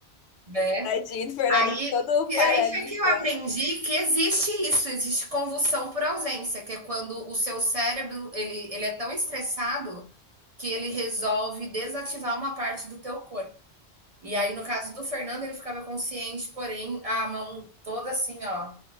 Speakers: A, on the right; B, on the left.
A: né?
B: Tadinho do Fernando,
A: Aí
B: todo
A: é
B: paralítico
A: isso que eu aprendi
B: lá.
A: que existe isso, existe convulsão por ausência, que é quando o seu cérebro, ele, ele é tão estressado que ele resolve desativar uma parte do teu corpo. E
B: Hum.
A: aí, no caso do Fernando, ele ficava consciente, porém, a mão toda assim, ó,